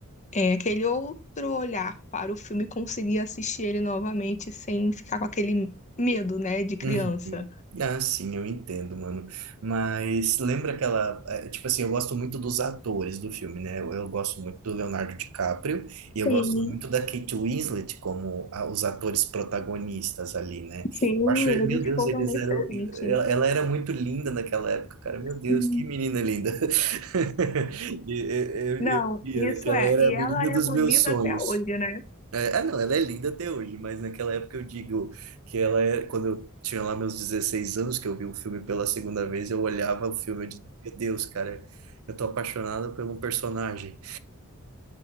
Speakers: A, on the left; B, on the right.
A: é, aquele outro olhar para o filme e consegui assistir ele novamente sem ficar com aquele medo, né, de criança.
B: Uhum. Ah, sim, eu entendo, mano. Mas lembra aquela. eh, Tipo assim, eu gosto muito dos atores do filme, né? Eu, eu gosto muito do Leonardo DiCaprio e eu
A: Sim,
B: gosto muito da Kate Winslet como a- os atores protagonistas ali, né?
A: sim,
B: Eu acho,
A: eles
B: meu Deus,
A: foram
B: eles eram.
A: excelentes.
B: Ela, ela era muito linda naquela época, cara. Meu Deus,
A: Sim.
B: que menina linda. <laughs> E, eh, Eu,
A: Não,
B: eu, via,
A: isso
B: né, que ela
A: é.
B: era
A: E
B: a menina
A: ela
B: dos
A: é bonita
B: meus sonhos.
A: até hoje, né?
B: É, ah, não, ela é linda até hoje, mas naquela época eu digo que ela é. Quando eu tinha lá meus 16 anos, que eu vi o filme pela segunda vez, eu olhava o filme e dizia, meu Deus, cara, eu tô apaixonado por um personagem.